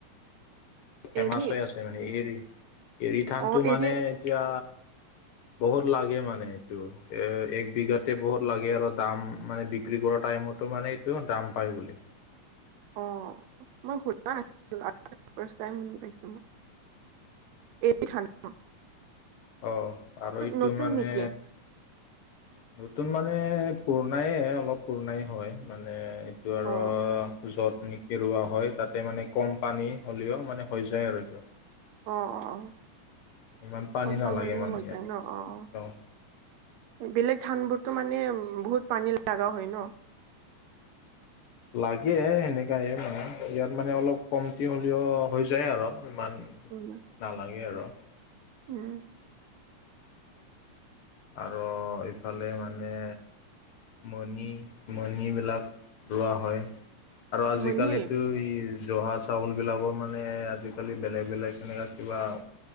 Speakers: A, on the left; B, on the right.
A: ফেমাচ
B: এৰি
A: হৈ আছে মানে এৰী, এৰী ধানটো
B: অ
A: মানে
B: এৰি
A: এতিয়া বহুত লাগে মানে এইটো এ এক বিঘাতে বহুত লাগে আৰু দাম মানে বিক্ৰী কৰা টাইমত টো মানে এইটো দাম পাই বুলি
B: অ মই শুনা নাছিলোঁ আজি ফাষ্ট টাইম শুনা পাইছো ম এই ধান ন,
A: অ আৰু এইটো
B: নতুন
A: মানে।
B: নেকি?
A: নতুন মানে পুৰণায়ে অলপ পুৰণাই হয় মানে। সেইটো আৰু
B: অ
A: যতনি। কেৰুৱা হয় তাতে মানে কম পানী হ'লেও মানে হৈ যায় আৰু এইটো।
B: অ অ অ
A: ইমান
B: কম পানী
A: নালাগে
B: হলেও
A: মানে
B: হৈ
A: ইয়াত
B: যায় ন অ অ,
A: অঁ
B: বেলেগ ধান বোৰতো মানে বহুত পানী লগা হয় ন।
A: লাগে সেনেকাই মানে ইয়াত মানে অলপ কমতি হ'লেও হৈ যায় আৰু ইমান।
B: উম
A: নালাগে আৰু
B: উম
A: আৰু এইফালে মানে, মণি মণিবিলাক ৰোৱা হয় আৰু আজি
B: মণি
A: কালিতো, জহা চাউলবিলাকৰ মানে আজিকালি বেলেগ বেলেগ তেনেকুৱা কিবা।